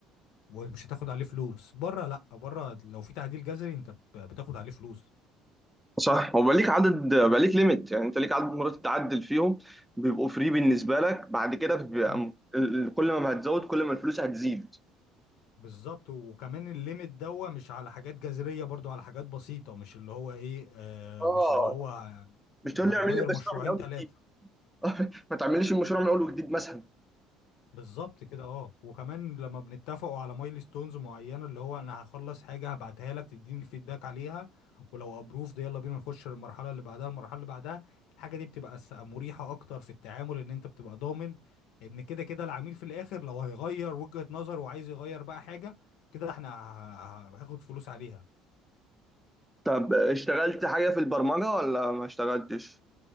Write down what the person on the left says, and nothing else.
ومش هتاخد عليه فلوس بره لا بره لو في تعديل جذري انت بت- بتاخد عليه فلوس
مم.
بالظبط وكمان الليميت دوا مش على حاجات جذرية برضو على حاجات بسيطة مش اللي هو ايه آه
مش اللي هو
هنغير
مشروعين
ثلاثة
بالظبط كده اه وكمان لما بنتفقوا على مايلستونز معينه اللي هو انا هخلص حاجه هبعتها لك تديني الفيدباك عليها ولو ابروفد يلا بينا نخش للمرحله اللي بعدها المرحله اللي بعدها الحاجه دي بتبقى س- مريحه اكتر في التعامل ان انت بتبقى ضامن ان كده كده العميل في الاخر لو هيغير وجهه نظر وعايز يغير بقى حاجه كده احنا ه- ه- هاخد فلوس عليها